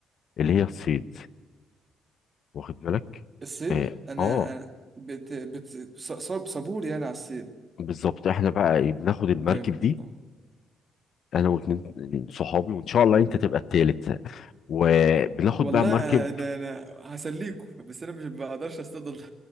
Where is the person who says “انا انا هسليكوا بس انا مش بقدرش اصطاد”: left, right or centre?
Right